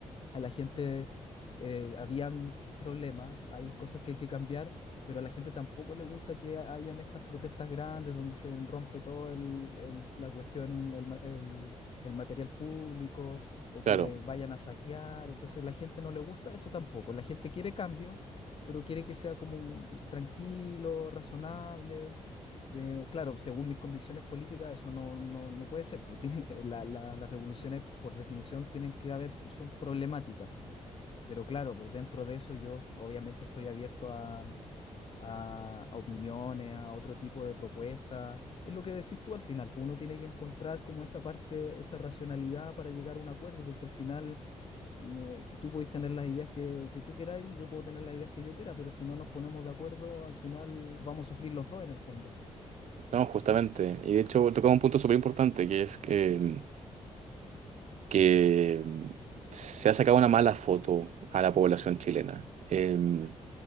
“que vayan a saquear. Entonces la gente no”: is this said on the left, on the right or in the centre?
Left